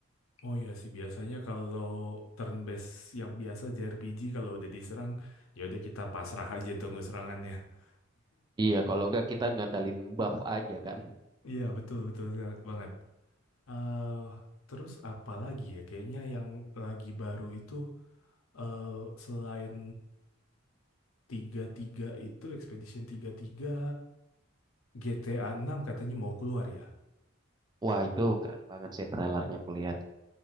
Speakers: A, on the left; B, on the right.
A: Oh iya sih biasanya kalau turn based yang biasa JRPG kalau udah diserang ya udah kita pasrah aja tunggu serangannya. <laughs>
B: Iya, kalau nggak kita ngandalin buff aja kan.
A: Iya betul betul sa- banget. eh terus apa lagi ya? Kayaknya yang lagi baru itu eh selain tiga tiga itu Expedition 33 GTA enam katanya mau keluar ya.
B: Wah, itu keren banget sih trailernya aku lihat.